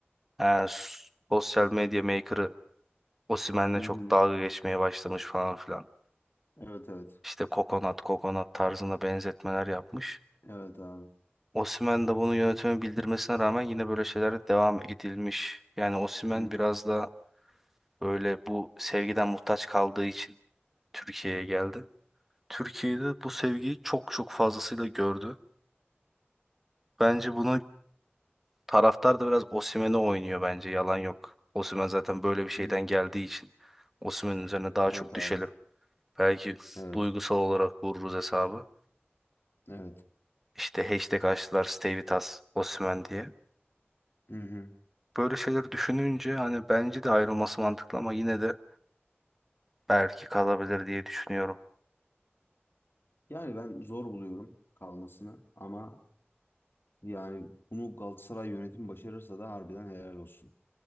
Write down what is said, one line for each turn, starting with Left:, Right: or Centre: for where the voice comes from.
Centre: e, sosyal medya maker'ı Osimhen'le
Left: Hı
Centre: çok
Left: hı.
Centre: dalga geçmeye başlamış falan filan.
Left: Evet evet.
Centre: İşte kokonat kokonat tarzına benzetmeler yapmış.
Left: Evet abi.
Centre: Osimhen de bunu yönetime bildirmesine rağmen yine böyle şeylere devam edilmiş. Yani Osimhen
Left: Hı hı.
Centre: biraz da böyle bu sevgiden muhtaç kaldığı için Türkiye'ye geldi. Türkiye'de bu sevgiyi çok çok fazlasıyla gördü. Bence bunu taraftar da biraz Osimhen'e oynuyor bence yalan yok. Osimhen zaten böyle bir şeyden
Left: Hı.
Centre: geldiği için Osimhen'in üzerine daha çok
Left: Evet
Centre: düşelim.
Left: abi.
Centre: Belki
Left: Evet.
Centre: duygusal olarak vururuz hesabı.
Left: Evet.
Centre: İşte hashtag açtılar Stay With Us Osimhen diye.
Left: Hı hı.
Centre: Böyle şeyleri düşününce hani bence de ayrılması mantıklı ama yine de belki kalabilir diye düşünüyorum.
Left: Yani ben zor buluyorum kalmasını ama yani bunu Galatasaray yönetimi başarırsa da harbiden helal olsun.